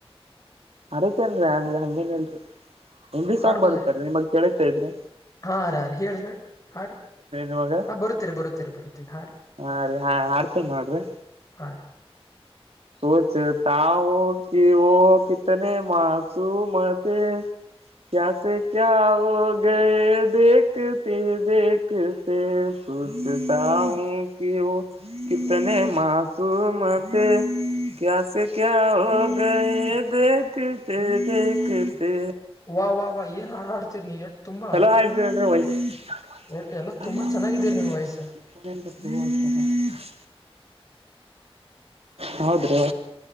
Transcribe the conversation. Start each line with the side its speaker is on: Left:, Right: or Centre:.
Right: ಆರತೇನ್ರಿ ಅಂಗ ಹಂಗೇನ ಇಲ್ರಿ ಹಿಂದಿ ಸಾಂಗ್
Left: ಹಾಡ್ಬೋದ್ರಿ
Right: ಬರುತೇರಿ ನಿಮಗ್ ಕೆಳ್ಸತೈತ್ರಿ.
Left: ಹಾ ರ್ ರಾರಿ ಹೇಳ್ರಿ ಹೇಳ್ರಿ ಹಾಡ್ರಿ
Right: ನಿಮಗ
Left: ಹಾ ಬರುತ್ತೆರಿ ಬರುತ್ತೆರಿ ಬರುತ್ತೆರಿ ಹಾಡ್ರಿ.
Right: ಹಾ ರೀ ಹಾ ಹಾಡ್ತೀನ ನೋಡ್ರಿ.
Left: ಹಾ ರಿ
Right: ಸೋಚತಾವೋ ಕೀವೋ ಕಿತನೆ ಮಾಸೂಮತೆ. ಕ್ಯಾಸೆ ಕ್ಯಾ ಹೋಗಯೇ ದೇಖತೆ ದೇಖತೆ. ಸೂಚುತಾಂವೋಕಿ ಓ ಕಿತನೆ ಮಾಸೂಮತೆ. ಕ್ಯಾಸೆ ಕ್ಯಾ ಹೋಗಿಯೇ ದೇಕತೆ ದೇಕ್ ತೆ
Left: ವಾ ವಾ ವಾ ಏನ್ ಹಾಡ್ ಹಾಡ್ತೀರಿ ನೀ ಎಟ್ ತುಂಬಾ
Right: ಚಲೋ ಹಾಡ್ತೇನ್ರೀ ವೈ ನನ್
Left: ಎಟ್ ಎಲ್ಲಾ ತುಂಬಾ
Right: ಫೋನ್ ಚಾಲೂ ಅದ <unintelligible>
Left: ಚೆನ್ನಾಗಿದ್ದೀರಿ
Right: ನಿನ್ನ್
Left: ನಿಮ್ ವಾಯ್ಸ್
Right: ಫೋನ್ ಎಲ್ಲದ ತೊಗೊ <unintelligible> ಹೌದ್ರಿ.